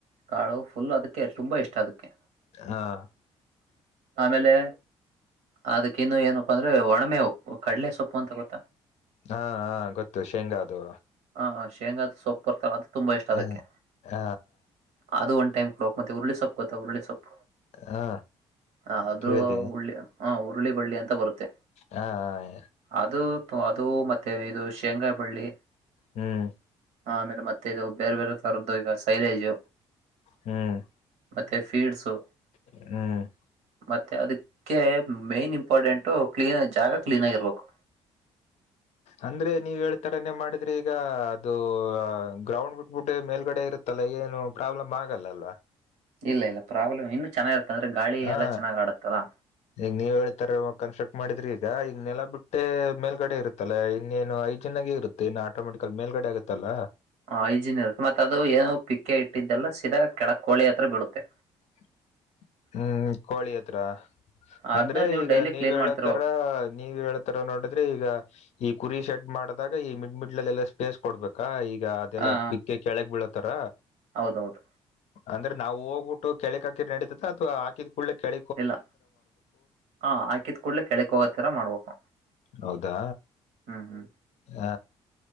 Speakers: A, on the right; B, on the left.
A: ಕಾಳು ಫುಲ್ ಅದಕ್ಕೆ ತುಂಬಾ ಇಷ್ಟ ಅದಕ್ಕೆ.
B: ಹಾ-
A: ಆಮೇಲೆ. ಅದಕ್ಕಿನ್ನು ಏನಪ್ಪಾ ಅಂದ್ರೆ ಒಣಮೆ ಕಡ್ಲೆ ಸೊಪ್ಪು ಅಂತ ಗೊತ್ತಾ.
B: ಹಾ ಹ ಗೊತ್ತು ಶೇಂಗ ಅದು.
A: ಹಾ ಶೇಂಗಾದ ಸೊಪ್ು ಬರ್ತಲ್ಲ ಅದು ತುಂಬಾ ಇಷ್ಟ ಅದಕ್ಕೆ.
B: ಹ ಹ
A: ಅದು ಒ ಟೈಮ್ಲಾಕ್ತ್ತೆ ಉರುಳ್ಳಿೊಪ್ಪ ಗೊತ್ತ ಉರುಳ ಸೊಪ್.
B: ಹಾ
A: ಹ ಅದು
B: ಕೇಳಿದೆ
A: ಉರುಳ್ಳಿ ಹ ಉರುಳಿ ಬಳ್ಳಿ ಅಂತ ಬರುತ್ತೆ.
B: ಹಾ ಹ -
A: ಅದು ಅದು ಮತ್ತೆ ಇದು ಶೇಂಗ ಬಳ್ಳಿ.
B: ಹ್ಮ್-
A: ಹ ಆಮೇಲೆ ಮತ್ತೆ ಇದು ಬೇರೆ ಬೇರೆ ತರದ್ದು ಈಗ ಸೈಲೇಜ್.
B: ಹ್ಮ್-
A: ಮತ್ತೆ ಫೀಡ್ಸು.
B: ಹ್ಮ-
A: ಮತ್ತೆ ಅದಕ್ಕೆ ಮೇನ್ ಇಂಪಾರ್ಟೆಂಟು ಕ್ಲೀನ್ ಜಾಗ ಕ್ಲೀನ್ ಆಗಿರ್ಬೇಕು.
B: ಅಂದ್ರೆ ನೀವ್ ಹೇಳ್ತಾರನೇ ಮಾಡಿದ್ರೆ ಈಗ ಅದು ಗ್ರೌಂಡ್ ಬಿಟ್ಟ. ಗಬಿಟ್ಟೆ ಮೇಲ್ಗಡೆ ಇರುತ್ತಲ್ಲ ಏನು ಪ್ರಾಬ್ಲಮ್ ಆಗಲ್ಲ ಅಲ್ವಾ.
A: ಇಲ್ಲ ಇಲ್ಲ ಪ್ರಾಬ್ಲಮ್ ಇನ್ನುೂ ಚೆನ್ನಾಗಿತ್ತ ಅಂದ್ರೆ ಗಾಳ
B: ಹಾ
A: ಎಲ್ಲ ಚೆನ್ನ್ ಆಡತ್ತಲ್ಲಾ.
B: ಈಗ ನೀವ್ ಹೇಳ್ತಾರ ಕನ್ಸ್ಟ್ರಕ್ಟ್ ಮಾಡಿದ್ರಿ ಈಗ ಈಗ ನೆಲ ಬಿಟ್ಟೆ ಮೇಲ್ಗಡೆ ಇರುತ್ತಲ್ಲ ಇನ್ನೇನು ಐ್ಜನಾಗ ಇರುತ್ತೆ. ಇಏ ಆಟೋಮೆಟಿಕಕ್ಲ್ಲಿ ಮೇಲ್ಗಡೆ ಆಗತ್ತಲ್ಲ.
A: ಹ ಐಜಿನ್ ಇರುತ್ತೆ ಮತ್ತತ್ ಅದು ಏನೋ ಪಿಕ್ಕ ಇಟ್ಟಿದ್ದೆಲ್ಲ ಸೀದಾ ಕೆಳಕ್ ಕೋಳಿ ಹತ್ರ ಬಿಡುತ್ತೆ.
B: <unintelligible> ಹ್ಮ್ ಕೋಳಿ ಹತ್ರ ಅಂದ್ರೆ
A: ಅದನ್ನ ನೀವು
B: ಈಗ
A: ಡೈಲಿ
B: ನೀವ್
A: ಕ್ಲೀನ್
B: ಹೇಳತ್ತರ
A: ಮಾಡ್ತಿರ್ಬೇಕು
B: ನೀವ ಹೇಳ. ತರ ನೋಡಿದ್ರೆ ಈಗ ಈ ಕುರಿ ಶೆಡ್ ಮಾಡಿದಾಗ ಈ ಮಿಡ್ ಮಿಡ್ಲ್ ಅಲ್ಲಿ ಎಲ್ಲಾ ಸ್ಪೇಸ್ ಕೊಡ್ಬೇಕಾ ಈಗ. ಅದೆಲ್ಲಾ
A: ಹಾ
B: ಪಿಕ್ಕ ಕೆಳಗ್ ಬೀಳತಾರ.
A: ಹೌದೌದು
B: ಅಂದ್ರೆ ನಾವು ಹೋಗ್ಬಿಟ್ಟು ಕೆಳಿ ಹಾಕಿ ನಡತದ ಅಥವಾ ಹಾಕಿದ್ ಕುೂಳ್ಳಲೆ ಕೆ.
A: ಇಲ್ಲ ಹಾ ಹಾಕಿದ ಕೂಡ್ಲೆ ಕೆಳಕ್ ಹೋಗತರ ಮಾಡ್ಬೇಕು.
B: ಹೌದಾ
A: ಹ್ಮ್ ಹ್ಮ್
B: ಹ.